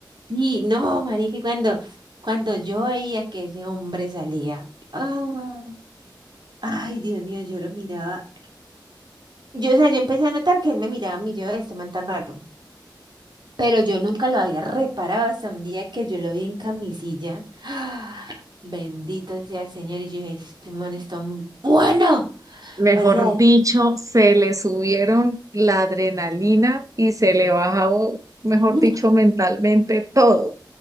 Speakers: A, on the right (about 65°); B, on the right (about 45°).
A: Sí, no, marica, y cuando, cuando yo veía que ese hombre salía, ah, ay, Dios mío, yo lo miraba. Yo, o sea, yo empecé a notar que él me miraba a mí, yo, este man tan raro. Pero yo nunca lo había reparado hasta un día que yo lo vi en camisilla. Ah, bendito sea el Señor. Y yo dije, este man está muy bueno.
B: Mejor
A: O sea,
B: dicho, se le subieron la adrenalina y se le bajó,
A: <laughs>
B: mejor
A: mm,
B: dicho, mentalmente todo,